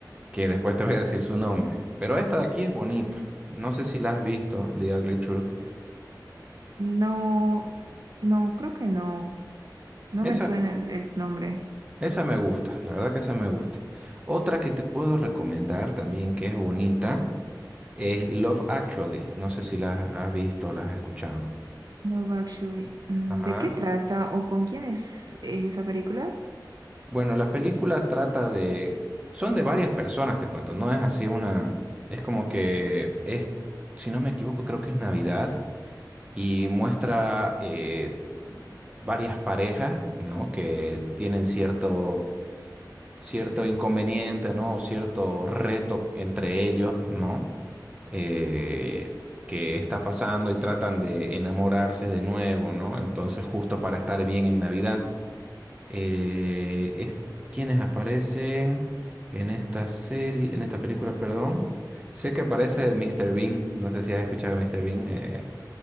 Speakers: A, on the right; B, on the right.
A: que después te voy a decir su nombre. Pero esta de aquí es bonita. No sé si la has visto, The Ugly Truth.
B: No, no, creo que no. No
A: Esa,
B: me suena el, el nombre.
A: esa me gusta, la verdad que esa me gusta. Otra que te puedo recomendar también que es bonita es Love Actually. No sé si la has visto o la has escuchado.
B: No, actually. Mm,
A: Ajá.
B: ¿De qué trata o con quién es, es esa película?
A: Bueno, la película trata de... Son de varias personas, te cuento, no es así una... Es como que es, si no me equivoco, creo que es Navidad y muestra eh, varias parejas, ¿no? Que tienen cierto, cierto inconveniente, ¿no? O cierto reto entre ellos, ¿no? Eh, que está pasando y tratan de enamorarse de nuevo, ¿no? Entonces, justo para estar bien en Navidad eh, es quienes aparecen en esta serie, en esta película, perdón. Sé que aparece Mr. Bean, no sé si has escuchado a Mr. Bean. eh.